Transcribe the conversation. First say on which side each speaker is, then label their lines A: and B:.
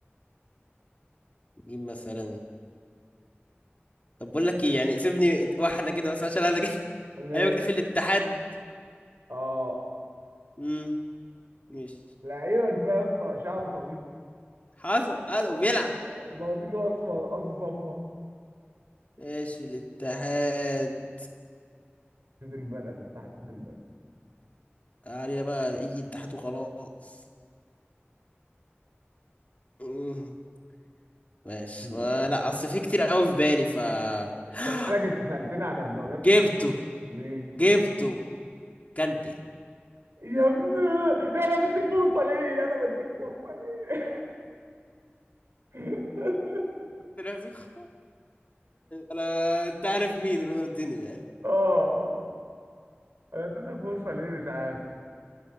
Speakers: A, on the left; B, on the right.
A: مين مثلا طب بقول لك ايه يعني سيبني واحده كده بس عشان انا جاي <laughs>
B: ماشي
A: لعبك ده في الاتحاد
B: اه
A: امم مش
B: لعيبك بقى يا اسطى شعره طويل
A: حاصل حاصل وبيلعب
B: آه، بوازينه اسمر رقاصه صمبا
A: ايش في الاتحاد
B: سيد البلد انت حاسس سيد البلد
A: علينا بقى اي اتحاد وخلاص مم. ماشي
B: مم.
A: ولا اصل في كتير قوي في بالي ف <gasps>
B: خلي بالك انت سالتني على الدوريات
A: جبته
B: ايه
A: جبته كانتي
B: يا ابني انا بديك فرصه ليه انا بديك فرصه ليه <laughs>
A: طلع فيك خ- انا انت عارف مين رونالدينيو يعني
B: اه انا اديتك فرصه ليه مش عارف